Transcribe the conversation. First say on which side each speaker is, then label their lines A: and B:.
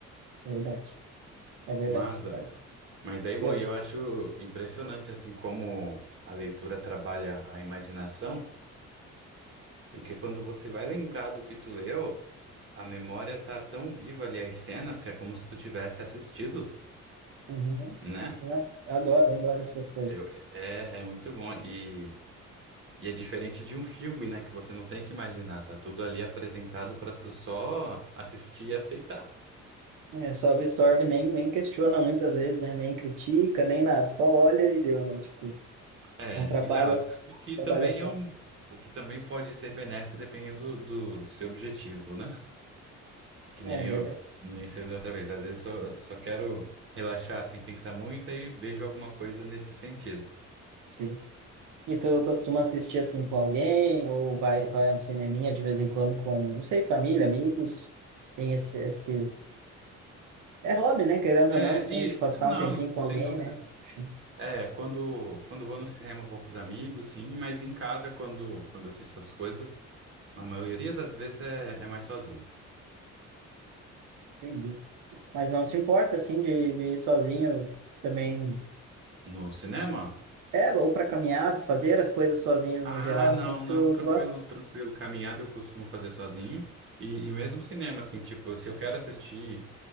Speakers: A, on the right (about 80°); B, on the right (about 40°).
A: é verdade, é verdade.
B: Mas, é.
A: É.
B: Mas daí, bom,
A: Eu,
B: e eu acho impressionante, assim, como a leitura trabalha a imaginação, porque quando você vai lembrar do que tu leu, a memória tá tão viva ali as cenas que é como se tu tivesse assistido,
A: uhum.
B: né?
A: Nossa, eu adoro, eu adoro essas coisas.
B: Eu- é, é muito bom. e E é diferente de um filme, né? Que você não tem que imaginar, tá tudo ali apresentado pra tu só assistir e aceitar.
A: É, só absorve, nem, nem questiona muitas vezes, né? Nem critica, nem nada, só olha e deu, né? Tipo,
B: É,
A: não trabalha,
B: exato. O que
A: trabalha
B: também
A: tanto.
B: é um, o que também pode ser benéfico dependendo do, do, seu objetivo, né? Que nem
A: É verdade,
B: eu mencionei outra vez. Às vezes só, só quero relaxar sem pensar muito e vejo alguma coisa nesse sentido.
A: sim. E tu costuma assistir assim com alguém, ou vai, vai a um cineminha de vez em quando com, não sei, família, amigos? Tem esse, esses É hobby, né? Querendo
B: É,
A: ou não, assim,
B: e
A: a gente passar
B: não,
A: um tempinho
B: não,
A: com
B: sem
A: alguém,
B: dúvida.
A: né? Enfim,
B: É, quando, quando vou no cinema, vou com os amigos, sim, mas em casa, quando, quando assisto as coisas, na maioria das vezes é, é mais sozinho.
A: entendi. Mas não te importa, assim, de, de ir sozinho também.
B: No cinema?
A: É, ou para caminhadas, fazer as coisas sozinho no
B: Ah,
A: geral, assim,
B: não,
A: tu,
B: não, tranquilo,
A: tu gosta?
B: tranquilo. Caminhada eu costumo fazer sozinho. E, e mesmo cinema, assim, tipo, se eu quero assistir,